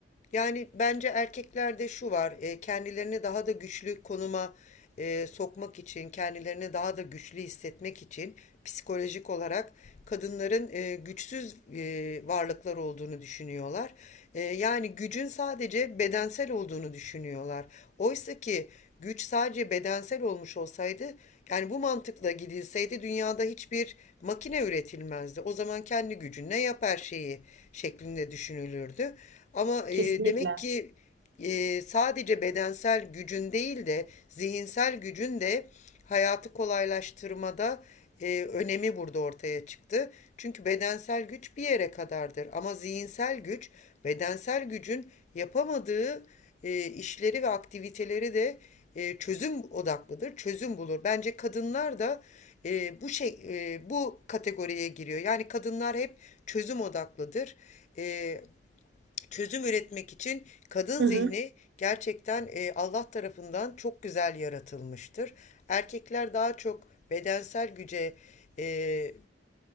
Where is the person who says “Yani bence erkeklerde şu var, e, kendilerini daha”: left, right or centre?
Left